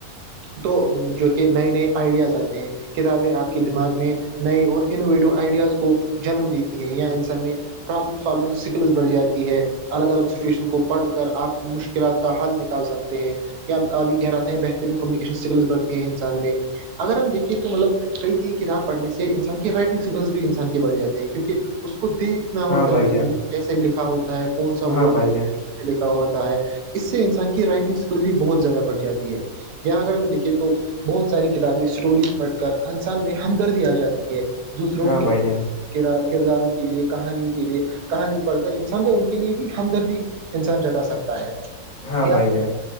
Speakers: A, on the right; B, on the left.
A: تو جو کہ نئے نئے آئیڈیاز آتے ہیں کتابیں آپ کے دماغ میں نئے اور انوویٹو آئیڈیاز کو جنم دیتی ہے یا انسان میں ابلم سالونگ سکلس بڑھ جاتی ہے الگ الگ سچویشن کو پڑھ کر آپ مشکلات کا حل نکل سکتے ہیں یا آب بھی کہہ رہے ہیں بہترین کمیونکیشن سگلس بڑھتی ہے انسان میں اگر ہم دیکھے تو مطلب کئی کئی کتاب پڑھ سے انسان کے رائٹنگ اسکلس بھی انسان کے بڑھ جاتے ہیں کیونکہ اس کو دیکھنا
B: ہاں
A: ہوتا
B: بھائی
A: ہے کہ
B: جان
A: میں نے کیسے لکھا ہوتا ہے کون سا
B: ہاں
A: ورڈ
B: بھائی جان
A: لکھا ہوتا ہے اس سے انسان کی رائٹنگ اسکل بھی بہت زیادہ بڑھ جاتی ہے یہاں اگر ہم دیکھے تو بہت ساری کتابیں اسٹوریز پڑھ کر انسان میں ہمدردی آ جاتی دوسروں
B: ہاں بھائی
A: کے
B: جان
A: کرداروں کے لیے کہانیوں کے لیے کہانی پڑھ کر انسان کو ان کے لیے بھی ہمدردی انسان جتا سکتا ہے
B: ہاں
A: یا
B: بھائی جانیں